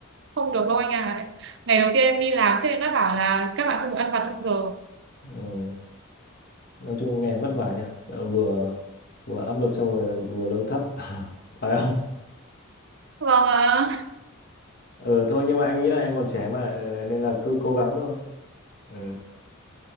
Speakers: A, on the right (about 60°); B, on the left (about 45°).
A: không được đâu anh à ngày đầu tiên em đi làm sếp em đã bảo là các bạn không được ăn vặt trong giờ
B: Ừ. Nói chung nghe vất vả nhỉ. Ờ, Vừa vừa áp lực xong rồi vừa lương thấp. <laughs> Phải không?
A: vâng ạ
B: Ờ thôi nhưng mà anh nghĩ là em còn trẻ mà ờ, nên là cứ cố gắng thôi. Ừ.